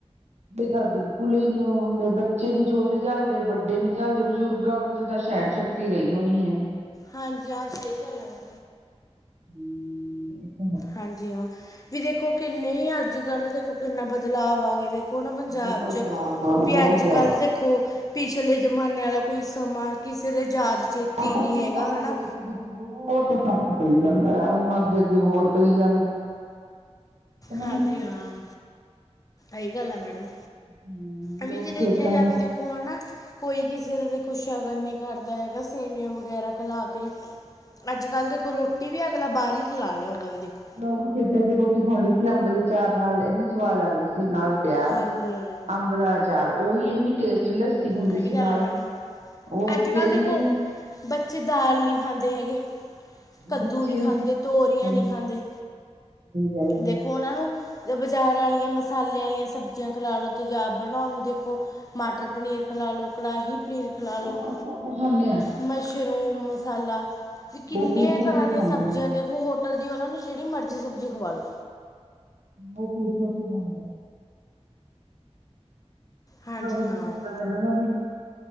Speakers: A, on the right; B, on the left.
A: ਤਾਂ ਬਿਲਕੁਲ ਹੀ ਨੀ ਉਹ ਹੁੰਦੇ, ਬੱਚੇ ਨੀ ਛੋਟੇ ਝੱਲਦੇ, ਵੱਡੇ ਨੀ ਝੱਲਦੇ, ਬਜ਼ੁਰਗਾਂ ਤਾਂ ਸਹਿਣ ਸ਼ਕਤੀ ਰਹੀਓ ਨਹੀਂ ਹੈਗੀ।
B: ਹਾਂਜੀ-ਹਾਂ, ਸਹੀ ਗੱਲ ਐ।
A: ਹੂੰਹੂੰ
B: ਹਾਂਜੀ-ਹਾਂ ਵੀ ਦੇਖੋ, ਕਿੰਨੇ ਹੀ ਅੱਜ-ਕੱਲ ਦੇਖੋ, ਕਿੰਨਾ ਬਦਲਾਵ ਆ ਗਏ ਦੇ ਹੁਣ ਪੰਜਾਬ'ਚ,
A: ਬਹੁਤ ਜ਼ਿਆਦਾ
B: ਵੀ
A: ਬਹੁਤ
B: ਅੱਜ-ਕੱਲ
A: ਜ਼ਿਆਦਾ
B: ਦੇ ਖੋ, ਪਿਛਲੇ ਜਮਾਨੇ ਵਾਲਾ ਕੋਈ ਸਮਾਂ ਕਿਸੇ ਦਾ ਯਾਦ, ਚੇਤੇ
A: ਆ
B: ਹੀ
A: ਪੱਚੀ
B: ਨਹੀਂ‌ ਹੈਗਾ
A: ਸਾਲਾਂ
B: ਹਣਾ।
A: ਦੇ ਵਿੱਚ ਵਿੱਚ ਬਹੁਤ, ਫ਼ਰਕ ਪਈ ਜਾਂਦਾ। ਹੁਣ ਅੱਗੇ-ਅੱਗੇ ਹੋਰ ਪਈ ਜਾਂਦਾ। ਕਿ ਨਹੀਂ
B: ਹਾਂਜੀ-ਹਾਂ, ਇਹੀ ਗੱਲ ਆ ਮੈਡਮ।
A: ਹਮ
B: ਐਂ
A: ਲੋਕ
B: ਵੀ ਜੇ ਦੇਖਿਆ
A: ਖੇਤਾਂ
B: ਜਾਵੇ
A: ਦਾ
B: ਕੌਣਾ? ਕੋਈ ਕਿਸੇ ਦਾ ਦੇਖੋ, ਸ਼ਗਨ ਨਹੀਂ ਕਰਦਾ ਹੈਗਾ, ਸੇਵੀਆਂ ਵਗੈਰਾ ਖਲਾਕੇ। ਅੱਜ-ਕੱਲ ਦੇਖੋ, ਰੋਟੀ ਵੀ ਅਗਲਾ ਬਾਹਰ ਹੀ ਖਲਾ ਲਿਆਂਦਾ ਵੀ ਦੇਖੋ।
A: ਲੋਕ ਖੇਦਾਂ ਦੀ ਰੋਟੀ ਖਾਂਦੇ ਸੀ, ਅੰਬ ਦੇ ਅਚਾਰ ਨਾਲ ਇੰਨੀ ਸਵਾਦ ਲੱਗਦੀ ਸੀ, ਨਾਲ ਪਿਆਜ,
B: ਹਾਂਜੀ ਹਾਂ
A: ਅੰਬ ਦਾ ਅਚਾਰ ਉਹੀ ਇੰਨੀ ਟੇਸਟੀ ਹੁੰਦੀ
B: ਸਹੀ
A: ਸੀ
B: ਗੱਲ
A: ਨਾਲ
B: ਆ, ਮੈਡਮ।
A: ਉਹ ਉੱਥੇ
B: ਅੱਜ-ਕੱਲ
A: ਇੰਨੀ
B: ਦੇਖੋ, ਬੱਚੇ ਦਾਲ ਨਹੀਂ ਖਾਂਦੇ ਹੈਗੇ। ਕੱਦੂ
A: ਬੱਚੇ
B: ਨੀ ਖਾਂਦੇ, ਤੋਰੀਆਂ
A: ਸਹੀ
B: ਨੀ ਖਾਂਦੇ,
A: ਗੱਲ
B: ਦੇਖੋ ਉਹਨਾਂ ਨੂੰ ਬਜ਼ਾਰ ਆਲੀਆਂ, ਮਸਾਲੇ ਵਾਲੀਆਂ ਸਬਜ਼ੀਆਂ ਖਲਾ ਲਓ ਤਜ਼ਾਬ ਬਣਾਉਣ ਨੂੰ, ਦੇਖੋ, ਮਾਟਰ ਪਨੀਰ ਖਲਾਲੋ, ਕੜਾਹੀ ਪਨੀਰ ਖਲਾਲੋ,
A: ਉਹ ਖੁਸ਼ ਹੋ ਕੇ ਖਾਂਦੇ ਆ
B: ਮਸ਼ਰੂਮ ਮਸਾਲਾ ਵੀ ਕਿੰਨੀਆਂ
A: ਉਹ ਖੁਸ਼ ਹੋ
B: ਤਰ੍ਹਾਂ
A: ਕੇ
B: ਦੀਆਂ
A: ਖਾਂਦੇ
B: ਸਬਜ਼ੀਆਂ
A: ਨੇ
B: ਦੇਖੋ, ਹੋਟਲ ਦੀ ਉਹਨਾਂ ਨੂੰ ਜਿਹੜੀ ਮਰਜ਼ੀ ਸਬਜ਼ੀ ਖਵਾ ਲਉ।
A: ਉਹ, ਖੁਸ਼ ਹੋਕੇ ਜਾਂਦਾ।
B: ਹਾਂਜੀ
A: ਓ ਹੀ
B: ਹਾਂ
A: <unintelligible> ਨੂੰ